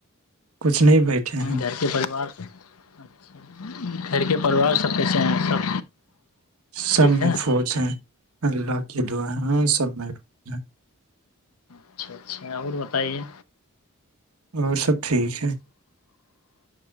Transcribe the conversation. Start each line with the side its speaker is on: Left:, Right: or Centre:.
Right: کچھ نہیں بیٹھے ہیں
Left: گھر کے پریوار سے اچا گھر کے پریوار سب کے چ سب
Right: سب
Left: ٹھیک
Right: میں
Left: ہے
Right: فوج ہیں اللہ کی دعا ہے سب میں ر
Left: اچھا اچھا اور بتائیے
Right: اور سب ٹھیک ہے